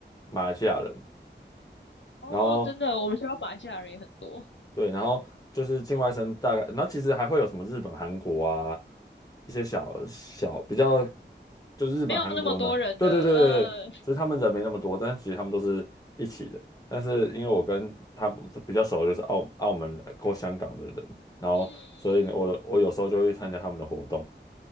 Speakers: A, on the left; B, on the left.
A: 马来西亚人，
B: 哦，
A: 然后
B: 真的，我们学校马来西亚人也很多，
A: 对，然后就是境外生大概，然后其实还会有什么日本、韩国啊，一些小小比较，就是日本、
B: 没有那么多人的，
A: 韩国呢，对对对对，
B: 嗯
A: 其实他们人没那么多，但是其实他们都是一起的。但是因为我跟他们比较熟，就是澳澳门人或香港的人，然后所以呢我我有时候就会参加他们的活动，
B: 嗯嗯，